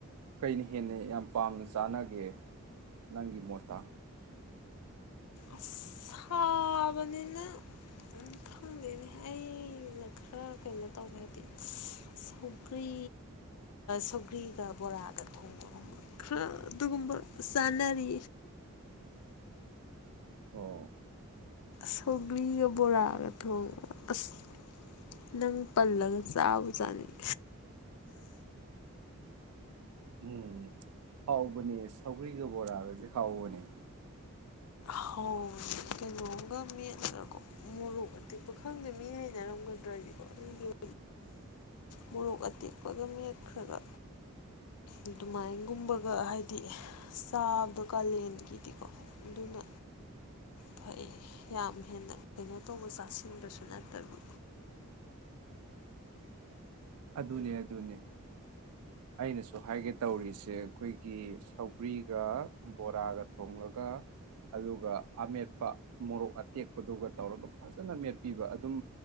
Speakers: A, on the right; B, on the left.
A: ꯀꯩꯅ ꯍꯦꯟꯅ ꯌꯥꯝ ꯄꯥꯝꯅ ꯆꯥꯅꯒꯦ ꯅꯪꯒꯤ ꯃꯣꯠꯇ
B: ꯑꯁ ꯁꯥꯕꯅꯤꯅ ꯈꯪꯗꯦꯅꯦ ꯑꯩꯅ ꯈꯔ ꯀꯩꯅꯣ ꯇꯧꯕ ꯍꯥꯏꯗꯤ ꯁꯧꯒ꯭ꯔꯤ ꯁꯧꯒ꯭ꯔꯤꯒ ꯕꯣꯔꯥꯒ ꯊꯣꯡꯕꯒꯨꯝꯕ ꯈꯔ ꯑꯗꯨꯒꯨꯝꯕ ꯆꯥꯅꯔꯤ
A: ꯑꯣ
B: ꯁꯧꯒ꯭ꯂꯤꯒ ꯕꯣꯔꯥꯒ ꯊꯣꯡꯉꯒ ꯑꯁ ꯅꯪ ꯄꯜꯂꯒ ꯆꯥꯕ ꯆꯥꯅꯤꯡ
A: ꯎꯝ ꯍꯥꯎꯕꯅꯤ ꯁꯥꯎꯒ꯭ꯔꯤ ꯕꯔꯥꯖꯤ ꯍꯥꯎꯕꯅꯤ
B: ꯍ ꯀꯩꯅꯣꯕ ꯃꯤꯔꯀꯣ ꯃꯣꯔꯣꯛ ꯑꯇꯦꯛꯄ ꯈꯪꯗꯕꯅꯤ ꯍꯥꯏꯅ ꯔꯝꯒꯗ꯭ꯔ ꯍꯥꯏꯣ ꯍꯥꯏꯗꯤ ꯃꯣꯔꯣꯛ ꯑꯇꯦꯛꯄꯒ ꯃꯦꯠꯈ꯭ꯔꯒ ꯑꯗꯨꯃꯥꯏꯅꯒꯨꯝꯕꯒ ꯍꯥꯏꯗꯤ ꯆꯥꯕꯗꯣ ꯀꯥꯂꯦꯟꯒꯤꯗꯤꯀꯣ ꯑꯗꯨꯅ ꯐꯩ ꯌꯥꯝ ꯍꯦꯟꯅ ꯀꯩꯅꯣ ꯇꯧꯕ ꯆꯥꯁꯤꯟꯕꯁꯨ ꯅꯠꯇꯕꯤ
A: ꯑꯗꯨꯅꯦ ꯑꯗꯨꯅꯦ ꯑꯩꯅꯁꯨ ꯍꯥꯏꯒꯦ ꯇꯧꯔꯤꯁꯦ ꯑꯩꯈꯣꯏꯒꯤ ꯁꯒ꯭ꯔꯤꯒ ꯕꯣꯔꯥꯒ ꯊꯣꯡꯂꯒ ꯑꯗꯨꯒ ꯑꯃꯦꯠꯄ ꯃꯣꯔꯣꯛ ꯑꯇꯦꯛꯄꯗꯨꯒ ꯇꯧꯔꯒ ꯐꯖꯅ ꯃꯦꯠꯄꯤꯕ ꯑꯗꯨꯝ